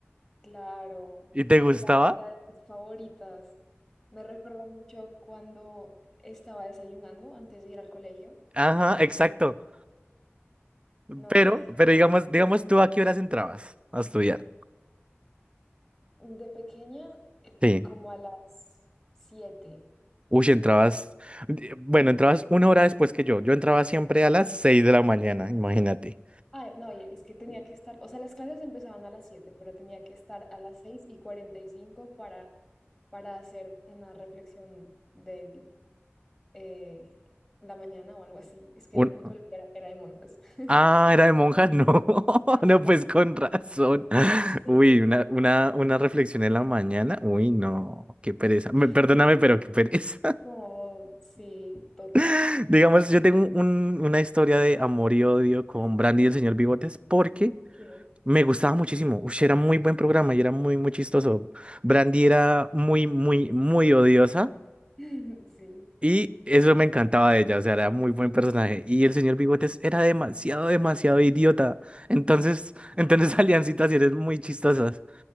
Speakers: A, on the left; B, on the right.
A: claro,
B: ¿Y te gustaba?
A: era, era de mis favoritas. Me recuerda mucho cuando estaba desayunando antes de ir al colegio
B: Ajá, exacto.
A: y no,
B: Pero,
A: ay,
B: pero
A: que
B: digamos, digamos tú a qué horas entrabas a estudiar.
A: de pequeña, eh,
B: Sí.
A: como a las 7.
B: Uy, entrabas, eh, bueno, entrabas una hora después que yo. Yo entraba siempre a las seis de la mañana, imagínate.
A: Ay, no, y es que tenía que estar, o sea, las clases empezaban a las 7, pero tenía que estar a las 6 y 45 para, para hacer una reflexión del. eh, la mañana o algo así. Es que
B: Un-
A: mi colegio era, era de monjas. <laughs>
B: Ah, era de monjas, no, <laughs>
A: Ajá.
B: no, pues con razón. <laughs>
A: sí.
B: Uy, una, una, una reflexión en la mañana. Uy, no, qué pereza. Me-
A: <laughs>
B: perdóname, pero qué pereza.
A: No, sí, total.
B: <laughs> Digamos, yo tengo un- una historia de amor y odio con Brandy y el señor Bigotes porque
A: que
B: me gustaba muchísimo. Uy, era muy buen programa y era muy, muy chistoso. Brandy era muy, muy, muy odiosa.
A: <laughs> Sí.
B: Y eso me encantaba de ella, o sea, era muy buen personaje. Y el señor Bigotes era demasiado, demasiado idiota. Entonces, entonces <laughs> salían situaciones muy chistosas.